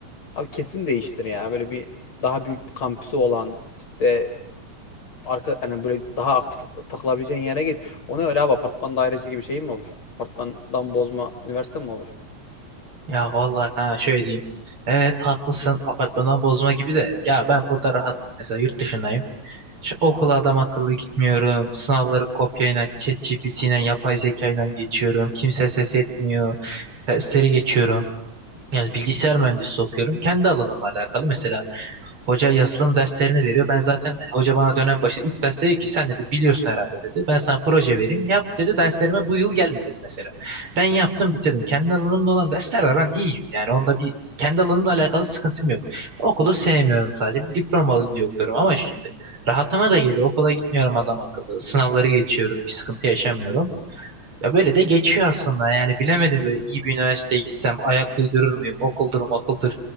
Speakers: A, on the left (about 50°); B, on the right (about 45°).
A: abi kesin değiştir ya. Böyle bir daha büyük bir kampüsü olan işte arka yani böyle daha aktif takılabileceğin yere git. O ne öyle abi apartman dairesi gibi şey mi olur? Apartmandan bozma üniversite mi olur?
B: Ya vallahi ha şöyle diyeyim. Evet haklısın apartmandan bozma gibi de ya ben burada rahatım. Mesela yurt dışındayım. Şu okula adam akıllı gitmiyorum. Sınavları kopyayla, ChatGPT'yle, yapay zekayla geçiyorum. Kimse ses etmiyor. Dersleri geçiyorum. Yani bilgisayar mühendisliği okuyorum. Kendi alanımla alakalı. Mesela hoca yazılım derslerini veriyor. Ben zaten hani hoca bana dönem başı ilk ders dedi ki sen dedi biliyorsun herhalde dedi. Ben sana proje vereyim. Yap dedi derslerime bu yıl gelme dedi mesela. Ben yaptım bitirdim. Kendi alanımda olan derslerde ben iyiyim. Yani onda bir kendi alanımla alakalı sıkıntım yok. Okulu sevmiyorum sadece. Bir diploma alayım diye okuyorum ama şimdi rahatıma da geliyor. Okula gitmiyorum adam akıllı. Sınavları geçiyorum. Bir sıkıntı yaşamıyorum. Ya böyle de geçiyor aslında yani bilemedim böyle iyi bir üniversiteye gitsem ayak uydurur muyum okuldur okuldur